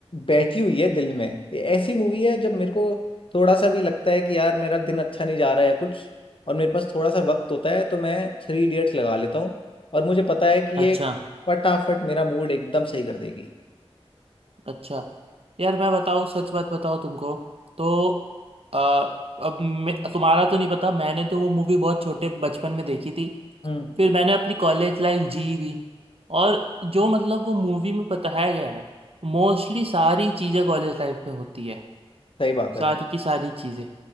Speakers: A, on the left (about 55°); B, on the right (about 65°).
A: बैठी हुई है दिल में ये ऐसी मूवी है जब मेरे को थोड़ा सा भी लगता है कि यार मेरा दिन अच्छा नहीं जा रहा है या कुछ और मेरे पास थोड़ा सा वक्त होता है तो मैं थ्री इडियट्स लगा लेता हूँ और मुझे पता है कि
B: अच्छा
A: ये फटाफट मेरा मूड एकदम सही कर देगी
B: अच्छा यार मैं बताऊँ सच बात बताऊँ तुमको तो अ, अब मैं तुम्हारा तो नहीं पता मैंने तो वो मूवी बहुत छोटे बचपन में देखी थी
A: हम्म
B: फिर मैंने अपनी कॉलेज लाइफ जी भी और जो मतलब वो मूवी में बताया गया है मोस्टली सारी चीज़ें कॉलेज लाइफ में होती है
A: सही बात है
B: सारी की सारी चीजें